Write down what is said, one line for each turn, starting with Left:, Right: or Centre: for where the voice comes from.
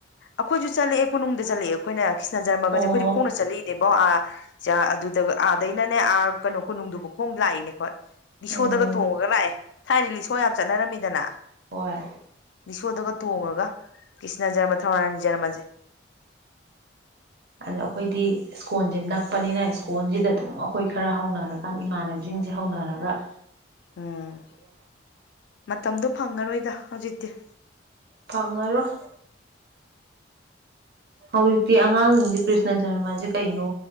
Left: ꯑꯩꯈꯣꯏꯁꯨ ꯆꯠꯂꯛꯦꯣꯅꯨꯡꯗ ꯆꯠꯂꯛꯑꯦ ꯑꯩꯈꯣꯏꯅ꯭ꯔꯤꯁꯅ ꯖꯔꯃꯒꯁꯦ
Right: ꯑꯣ
Left: ꯑꯩꯈꯣꯏꯗꯤꯣꯡ ꯆꯂꯛꯏꯅꯦꯕ ꯕ ꯑꯥ ꯑꯗꯨꯗ ꯑꯥꯗꯩꯅꯅꯦ ꯑꯥ ꯀꯩꯅꯣ ꯀꯣꯅꯨꯡꯗꯨꯕꯨ ꯈꯣꯡ ꯂꯥꯛꯏꯅꯦꯀꯣ ꯂꯤꯁꯣꯗꯒ
Right: ꯎꯝ
Left: ꯇꯣꯡꯉꯒ ꯂꯥꯛꯑꯦ ꯁꯋꯥꯏꯗꯤ ꯂꯤꯁꯣ ꯌꯥꯝ ꯆꯠꯅꯔꯝꯃꯤꯗꯅ
Right: ꯍꯣꯏ
Left: ꯅꯤꯁꯣꯗꯒ ꯇꯣꯡꯉꯒ ꯀ꯭ꯔꯤꯁꯅꯖꯔꯃ ꯊꯅꯥꯖꯔꯃꯁꯦ
Right: ꯑꯗ ꯑꯩꯈꯣꯏꯗꯤ ꯁ꯭ꯀꯣꯟꯁꯦ ꯅꯛꯄꯅꯤꯅ ꯁ꯭ꯀꯣꯟꯁꯤꯗ ꯑꯗꯨꯝ ꯑꯩꯈꯣꯏ ꯈꯔ ꯍꯧꯅꯔꯀꯥꯟꯗ ꯏꯃꯥꯟꯅꯕꯤꯁꯤꯡꯁꯦ ꯍꯧꯅꯔ ꯑꯗꯨꯒꯒ
Left: ꯎꯝ ꯃꯇꯝꯗꯣ ꯐꯪꯉꯔꯣꯏꯗ ꯍꯧꯖꯤꯛꯇꯤ
Right: ꯐꯪꯉꯔꯣꯏ ꯍꯧꯖꯤꯛꯇꯤ ꯑꯉꯥꯡꯁꯤꯡꯗꯤ ꯀ꯭ꯔꯤꯁꯅ ꯖꯔꯃꯁꯦ ꯀꯩꯅꯣ